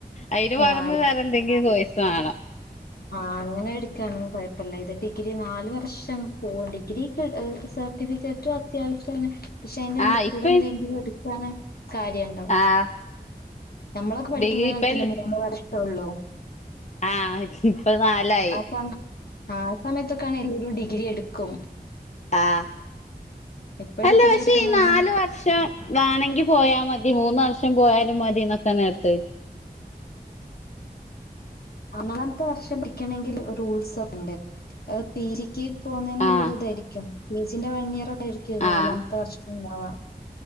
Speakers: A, on the left; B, on the left.
A: അയിന്
B: ആഹ്
A: പുറമേ വേറെ എന്തെങ്കിലും കോഴ്സ വണോ
B: ആ, അങ്ങനെ ഇട്ക്കാണെ <unintelligible> കൊഴപ്പല്ല. ഇത് ഡിഗ്രി നാലു വർഷം പോ ഡിഗ്രിക്ക് ഏഹ് സെ സർട്ടിഫിക്കറ്റും അത്യാവശ്യമാണ് പക്ഷെ അയിന്റെറെ എന്ത
A: ആഹ് ഇപ്പ
B: കൂടെ എന്തെങ്കിലും എടുക്കാണ് കാര്യ ഉണ്ടാവും
A: ആഹ്
B: നമ്മളൊക്കെപഠിക്കുന്ന
A: ഡിഗ്രി
B: കാലത്തിനു
A: ഇപ്പ
B: മൂന്നു വർഷേയുള്ളൂ
A: ആഹ് ഇപ്പൊ നാലായി
B: ആ അ സമയത്ത് കണല്ല ഒരു ഡിഗ്രി എടുക്കും.
A: ആഹ
B: ഇപ്പൊ
A: അല്ല
B: ഡിഗ്രി
A: പക്ഷെ
B: എടുക്കുന്നോലും
A: ഈ നാല് വർഷം വേണെങ്കി പോയാ മതി മൂന്ന് വർഷം ൻ പോയാലും മതിന്നൊക്കെ നേരത്തെ
B: ആ നാലാമത്തെ വർഷം പഠിക്കണെങ്കില് റൂൾസ് ഒക്കെണ്ട് അ പീ ജിക്ക് പോകുന്നള്ളരി
A: ആഹ്
B: ഇതായിരിക്കുംസിന്റെ പി ജി വൺ ഇയർ ആയിരിക്കും
A: ആഹ്
B: നാലാമത്തെ വർഷംണ്ടവാ